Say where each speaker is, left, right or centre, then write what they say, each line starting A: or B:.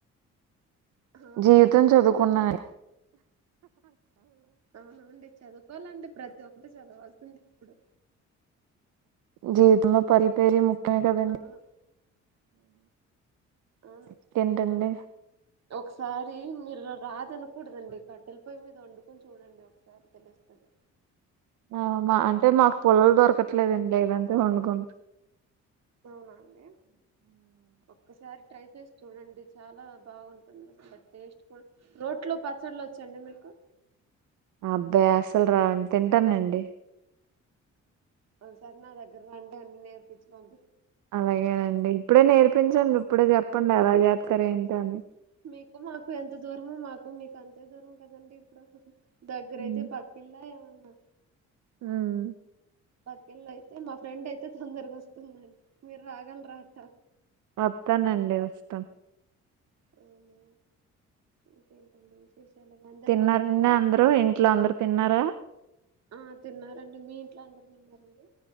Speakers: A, on the right (about 60°); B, on the right (about 80°).
A: ఆ,
B: జీవితం చదువుకున్నానులే
A: అవునండి అవునండి చదువుకోవాలండి ప్రతి ఒక్కటి చదవాల్సింది ఇప్పుడు
B: జీవితంలో పరి పేర ముఖ్యమే కదండి
A: అవును అవును
B: ఇంకేంటండి
A: ఒకసారి మీరు రాదను కూడదండి కట్టెల పొయి మీద వండుకొని చూడండి ఒకసారి తెలుస్తుంది
B: ఆ మా అంటే మాకు పుల్లలు దొరకట్లేదండి లేదంటే వండుగం
A: అవునండి ఒక్కసారి ట్రై చూడండి చాలా బాగుంటుంది అసలు బ టేస్ట్ కూడా రోట్లో పచ్చళ్ళ వచ్చండి మీకు
B: అబ్బే అసలు రావండి తింటానండి
A: ఒకసారి నా దగ్గర రండి అన్ని నేర్పించి పం
B: అలాగేనండి ఇప్పుడే నేర్పించండి ఇప్పుడే చెప్పండి ఎలా చేప్తారు ఏంటి అని
A: మీకు మాకు ఎంత దూరమో మాకు మీకు అంతే దూరం కదండి ఇప్పుడు దగ్గర
B: ఉమ్.
A: అయితే పక్కిళ్ళ ఏమన్నా
B: ఉమ్
A: పక్కిల్లు అయితే మాకు ఫ్రెండ్ అయితే తొందరగా వస్తుందండి మీరు రాగలర అక్క
B: వత్తానండి వస్తా
A: అవునా ఇంకేంటండి అందరు
B: తిన్నారండి
A: బాగున్నారా
B: అందరూ ఇంట్లో అందరు తిన్నారా
A: ఆ తిన్నారండి మీ ఎట్లా అందరు తిన్నారండి